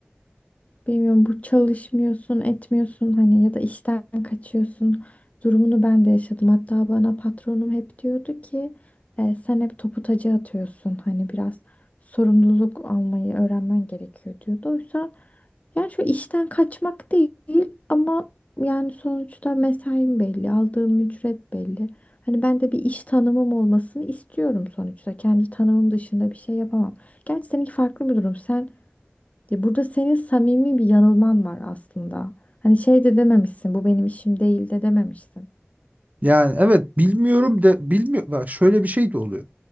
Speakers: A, on the left (about 35°); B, on the right (about 40°).
A: Bilmiyorum bu çalışmıyorsun, etmiyorsun hani ya da işten kaçıyorsun durumunu ben de yaşadım. Hatta bana patronum hep diyordu ki "E, sen hep topu taca atıyorsun. Hani biraz sorumluluk almayı öğrenmen gerekiyor diyordu. Oysa yani şu işten kaçmak değil ama yani sonuçta mesaim belli, aldığım ücret belli. Hani ben de bir iş tanımım olmasını istiyorum sonuçta. Kendi tanımım dışında bir şey yapamam. Gerçi seninki farklı bir durum. Sen ya burada senin samimi bir yanılman var aslında. Hani şey de dememişsin, bu benim işim değil de dememişsin.
B: Yani evet bilmiyorum de bilmiyor. Bak şöyle bir şey de oluyor.